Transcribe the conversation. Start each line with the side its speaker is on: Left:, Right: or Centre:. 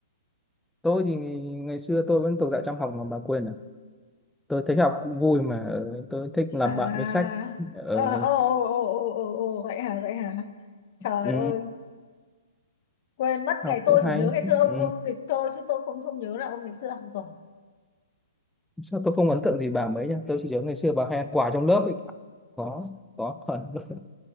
Centre: tôi thì ngày xưa tôi vẫn thuộc dạng chăm học mà bà quên à tôi thấy học cũng vui mà ờ, tôi thích làm
Left: à
Centre: bạn với sách ờ,
Left: à, ồ ồ ồ ồ ồ ồ, vậy hả vậy hả trời
Centre: ừ,
Left: ơi quên mất
Centre: học
Left: ngày tôi
Centre: cũng
Left: chỉ
Centre: hay
Left: nhớ ngày xưa ông
Centre: ừ.
Left: ông nghịch thôi chứ tôi không không nhớ là ông ngày xưa học giỏi
Centre: sao tôi không ấn tượng gì bà mấy nhá tôi chỉ nhớ ngày xưa bà hay ăn quà trong lớp ấy. có có phần <laughs>